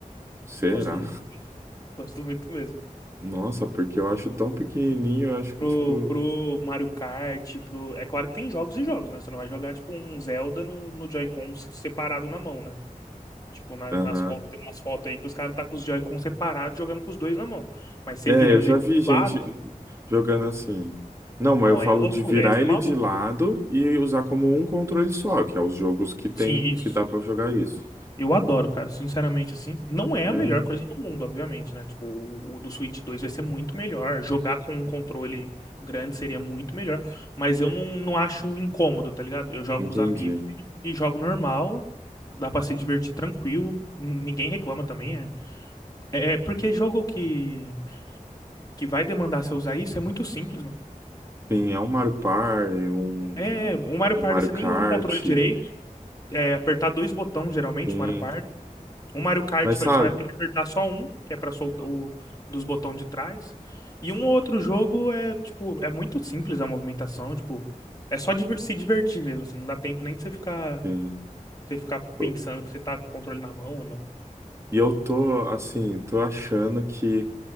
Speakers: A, on the right; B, on the left.
A: Será?
B: Gosto muito mesmo. Gosto muito mesmo.
A: Nossa, porque eu acho tão pequenininho, eu acho que
B: Pro,
A: tipo.
B: pro Mario Kart, pro. É claro que tem jogos e jogos, né? Você não vai jogar, tipo, um Zelda no, no Joy-Con separado na mão, né? Tipo, na-
A: Aham.
B: nas fotos, tem umas fotos aí que os caras tá com os Joy-Con separados, jogando com os dois na mão. Mas você
A: É,
B: virando
A: eu já
B: ele
A: vi
B: de
A: gente
B: lado,
A: jogando assim. Não, mas
B: não
A: eu falo
B: é loucura,
A: de virar
B: essa
A: ele
B: é maluco.
A: de lado e usar como um controle só, que é os jogos que tem
B: Sim, isso.
A: que dá pra jogar isso.
B: Eu adoro, cara, sinceramente, assim. Não é
A: É,
B: a melhor coisa do mundo, obviamente, né? Tipo, o, o do Switch 2 vai ser muito melhor. Jogar com um controle grande seria muito melhor. Mas eu não, não acho incômodo, tá ligado? Eu jogo
A: entendi.
B: com os amigos e, e jogo normal. Dá pra se divertir tranquilo. n- Ninguém reclama também, é. É, é porque jogo que, que vai demandar você usar isso é muito simples, mano.
A: Sim, é um Mario Party, um,
B: É, o Mario
A: um
B: Party
A: Mario
B: você
A: Kart,
B: nem usa o controle direito. É apertar dois botões, geralmente,
A: sim.
B: o Mario Party. O Mario Kart
A: Mas
B: vai-
A: sabe,
B: você vai ter que apertar só um, que é pra soltar o dos botões de trás. E um ou outro jogo é, tipo, é muito simples a movimentação, tipo, é só diver- se divertir mesmo, assim, não dá tempo nem de você ficar,
A: sim,
B: você ficar pensando
A: eu-
B: que você tá com o controle na mão ou não.
A: e eu tô assim, tô achando que